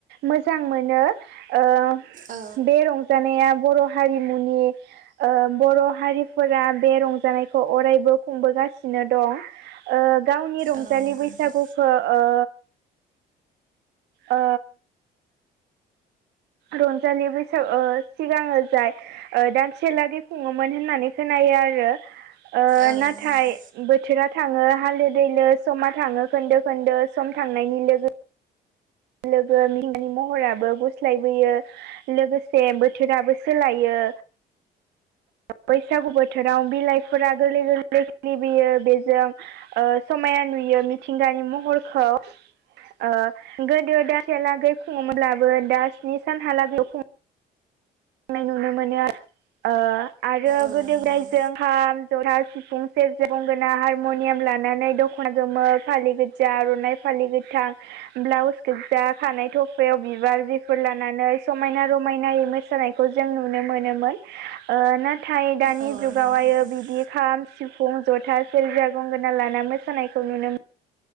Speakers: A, on the right (about 85°); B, on the right (about 50°).
A: मोजां मोनो ओ
B: औ
A: बे रंजानाया बर' हारिमुनि ओ बर' हारिफोरा बे रंजानायखौ अरायबो खुंबोगास सिनो दं ओ गावनि रंजालि
B: औ नंगौ
A: बैसागुखो
B: नोंथां
A: ओ ओ रंजालि बैसाग ओ सिगाङो जाय ओ दानसेलागै खुङोमोन होननानै खोनायो आरो ओ
B: औ
A: नाथाय
B: नंगौ
A: बोथोरा थाङो हालो दैलो समा थाङो खोन्दो खोन्दो सम थांनायनि लोगो लोगो <unintelligible> महराबो गुस्लायबोयो। लोगोसे बोथोराबो सोलायो। बैसागु बोथोराव बिलाइफोरा गोरलै गोरलै खिलिबोयो बेजों ओ समायना नुयो मिथिंगानि महरखौ। ओ गोदो दानसेयालागै खुङोब्लाबो दा स्नि सानहालागैल' खुङो। नुनो मोनो ओ आरो
B: औ
A: गोदो
B: नंगौ
A: गोदाय जों खाम, जथा, सिफुं, सेरजा, गंगोना, हारम'नियाम लानानै दख'ना गोमो फालि जा आर'नाइ फालि गोथां ब्लाउस गोज्जा खानाय थफायाव बिबार बेफोर लानानै समायना रमायनायै मोसानाय खौ जों नुनो मोनोमोन ओ नाथाय दानि
B: औ
A: जुगावहायो
B: नंगौ नोंथां
A: बिदि खाम सिफुं जथा सेरजा गंगोना लाना मोसानायखौ नुनो